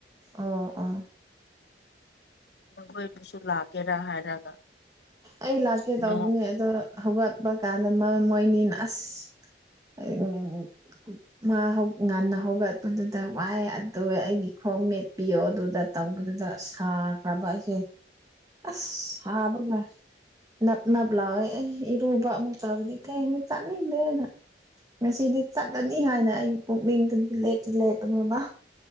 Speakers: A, on the right; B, on the left.
A: ꯑꯣ ꯑꯣ꯫
B: ꯃꯈꯣꯏꯕꯨꯁꯨ ꯂꯥꯛꯀꯦꯔꯥ ꯍꯥꯏꯔꯒ꯫
A: ꯑꯩ ꯂꯥꯛꯀꯦ ꯇꯧꯕꯅꯦ
B: ꯅꯣ
A: ꯑꯗꯣ ꯍꯧꯒꯠꯄ ꯀꯥꯟꯗ ꯃꯥ ꯃꯣꯏꯅꯤꯅ ꯑꯁ꯫ ꯑ <unintelligible> ꯃꯥ ꯍꯧ ꯉꯟꯅ ꯍꯧꯒꯠꯄꯗꯨꯗ ꯋꯥꯏ ꯑꯗꯨ ꯑꯩꯒꯤ ꯈꯣꯡ ꯃꯦꯠꯄꯤꯌꯣ ꯑꯗꯨꯗ꯫ ꯇꯧꯕꯗꯨꯗ ꯁꯥꯈ꯭ꯔꯕ ꯑꯩꯁꯦ꯫
B: <inaudible>
A: ꯑꯁ ꯁꯥꯕꯒꯥ꯫ ꯅꯞ ꯅꯞ ꯂꯥꯎꯋꯦ ꯑꯩ ꯏꯔꯨꯕ ꯑꯃꯨꯛ ꯇꯧꯔꯒꯦ ꯊꯦꯡꯉꯦ ꯆꯠꯅꯤꯡꯗꯔ꯭ꯦꯅ꯫ ꯉꯁꯤꯗꯤ ꯆꯠꯂꯅꯤ ꯍꯥꯏꯅ ꯑꯩꯒꯤ ꯄꯨꯛꯅꯤꯡꯗꯗꯤ ꯂꯦꯞꯇꯤ ꯂꯦꯞꯄꯅꯦꯕ꯫